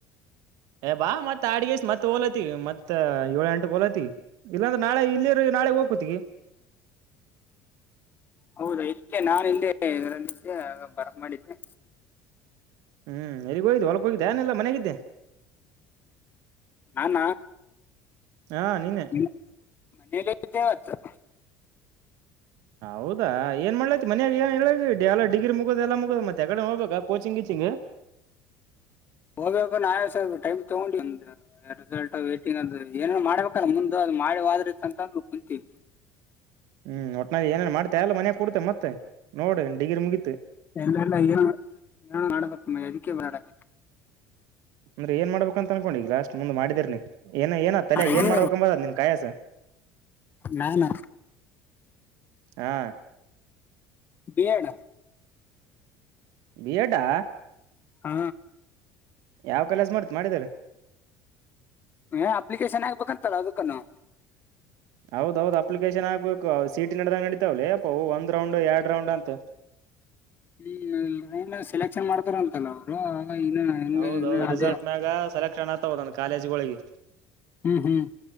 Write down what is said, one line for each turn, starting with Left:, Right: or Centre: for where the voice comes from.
Right: ಏ ಬಾ ಮತ್ತ ಆಡಗ್ಯಾಸ್ ಮತ್ತ ಹೋಲತಿಗ ಮತ್ತ ಏಳ ಎಂಟ ಗೋಲ ಐತಿ. <inaudible> ಇಲ್ಲಾಂದರೆ ನಾಳೆ ಇಲ್ಲಿ ಇರ ನಾಳೆ ಹೋಗ್ಕೊತಿಗೆ. <inaudible>
Left: <inaudible> ಹೌದಾ ಇದಕ್ಕೆ ನಾನ ಹಿಂದೆ ಇದರ ನಿದ್ದೆ ಬರ ಮಾಡಿದ್ದೆ.
Right: ಹ್ಮ್ ಎಲ್ಲಿಗ ಹೋಗಿದೇ ಹೊಲಕ್ಕ ಹೋಗಿದಯಾ ಏನ್ ಇಲ್ಲ ಮನೆಗಿದ್ದೆ. <inaudible>
Left: ನಾನ್. <inaudible>
Right: ಹಾ ನೀನೇ. <inaudible>
Left: <inaudible> ನೀನ್ ಎಲ್ಲಿ ಹೋಗಿದ್ದೆ ಅವತ್ತ. <inaudible>
Right: ಹೌದಾ ಏನ್ ಮಾಡ್ಲೈತಿ ಮನ್ಯಾಗಯಲ್ಲಿ ಎಲ್ಲಿ ಅದಿರಿ ಎಲ್ಲ ಡಿಗ್ರಿ ಮುಗುದ ಎಲ್ಲಾ ಮುಗದದ ಮತ್ತ ಏಕಡೆ ಹೋಗ್ಬೇಕ ಕೋಚಿಂಗ್ ಕೀಚಿಂಗ್. <inaudible>
Left: ಹೋಗಬೇಕು ನಾನ್ ಸ್ವಲ್ಪ್ ಟೈ ತೋಗೊಂಡ <inaudible> ರಿಸಲ್ಟ್ ವೈಟಿಂಗ್ ಅಂದರ ಏನ್ ಏನರ ಮಾಡಬೇಕಲ್ಲ ಮುಂದ ಅದು ಮಾಡಿವಾದ್ರರಿ ಅಂತ ಅಂದ ಕುಂತೀವಿ. <inaudible>
Right: ಹ್ಮ್ ಒಟ್ಟನ್ಯಾಗ ಏನೇನ್ ಮಾಡ್ತಾ ಎಲ್ಲ ಮನೆ ಕೊಡ್ತೆ ಮತ್ತೇ ನೋಡಿ ಡಿಗ್ರರಿ ಮುಗೀತ. <inaudible>
Left: ಎಲ್ಲಲ್ಲ ಏನು ಮಾಡಬೇಕಪ್ಪ ಅದಿಕೇ ಓಡಾಕತ್ತಿನಿ. <inaudible>
Right: ಅಂದ್ರೆ ಏನ್ ಮಾಡಬೇಕ ಅಂತ ಅನ್ಕೊಂಡು ಈಗ ಲಾಸ್ಟ್ ಮುಂದ್ ಮಾಡಿದ್ರ ನೀನ್ ಏ ಏನಾದ ತಲೆಗ
Left: ಇದು
Right: ಏನ್ ಮಾಡ್ಬೇಕಂಬದ ಆದ ನಿನ್ ಕಾಯಸ.
Left: ನಾನಾ
Right: ಹಾ
Left: ಬಿ ಎಡ
Right: ಬಿಯಡಾ
Left: ಹ್ಹ
Right: ಯಾವ್ ಕಾಲೇಜ್ ಮಾಡ್ತಿ ಮಾಡಿದರ.
Left: ಹೇ ಅಪ್ಲಿಕೇಶನ್ ಆಗ್ಬೇಕ ಅಂತಲ್ಲ ಅದಕ್ಕ ನಾವು
Right: ಹೌದೌದು ಅಪ್ಲಿಕೇಶನ್ ಆಗ್ಬೇಕು ಸಿ ಇ ಟಿ ನಡದಾಗ ನಡಿತವ್ ಲೇ ಅಪ್ಪ ಅವು ಒಂದ ರೌಂಡ್ ಎರಡ್ ರೌಂಡ್ ಅಂತ.
Left: ಹ್ಮ್ ಏನು ಸೆಲೆಕ್ಷನ್ ಮಾಡ್ತಾರ ಅಂತಲ್ಲ ಅವರು ಇನ್ನು ಹೆಂಗೆ
Right: ಹೌದೌದು
Left: ಇನ್ನು
Right: ರಿಸಲ್ಟ್
Left: ಅದೇ
Right: ಮ್ಯಾಗ ಸೆಲೆಕ್ಷನ್ ಆಗ್ತವ ಒಂದೊಂದ್ ಕಾಲೇಜ್ಗಳಿಗಿ.
Left: ಹ್ಮ್ ಹ್ಮ್